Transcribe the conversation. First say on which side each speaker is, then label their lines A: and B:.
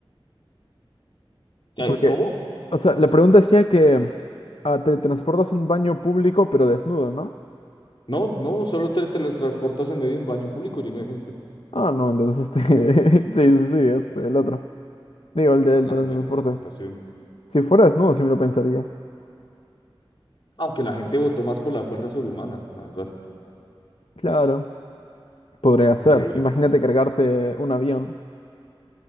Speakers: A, on the left; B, on the left.
A: Eh,
B: porque,
A: ¿Cómo?
B: o sea, la pregunta decía que ah, te transportas a un baño público pero desnudo, ¿no?
A: No, no, solo te teletransportas en medio de un baño público lleno de gente.
B: Ah, no, entonces, este, <laughs> sí, sí, sí, es el otro, digo, el del
A: No, la
B: teletransporte.
A: teletransportación.
B: Si fuera desnudo, sí me lo pensaría.
A: Aunque la gente votó más por la fuerza sobrehumana, la verdad.
B: Claro, podría ser.
A: Increíble.
B: Imagínate cargarte un avión.